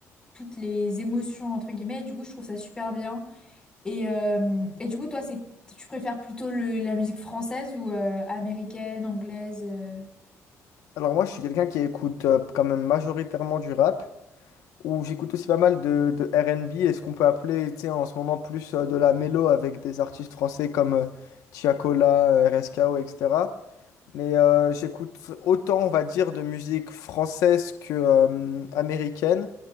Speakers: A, on the left; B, on the left.
A: toutes les émotions entre guillemets. Et du coup, je trouve ça super bien. Et, euh, et du coup, toi, c'est tu préfères plutôt le- la musique française ou euh, américaine, anglaise euh
B: Alors moi, je suis quelqu'un qui écoute euh, quand même majoritairement du rap, ou j'écoute aussi pas mal de, de R&B et ce qu'on peut appeler, tu sais, en ce moment plus euh, de la mélo avec des artistes français comme euh, Tiakola, euh, RSKO, etc. Mais euh, j'écoute autant, on va dire, de musique française que euh, américaine,